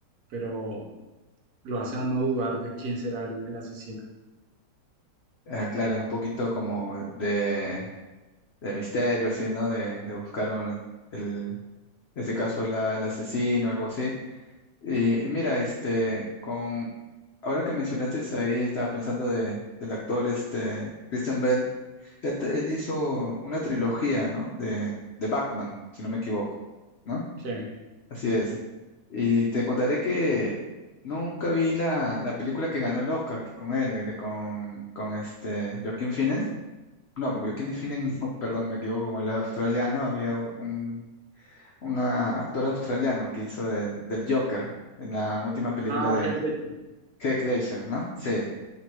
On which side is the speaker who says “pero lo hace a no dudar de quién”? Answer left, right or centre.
Right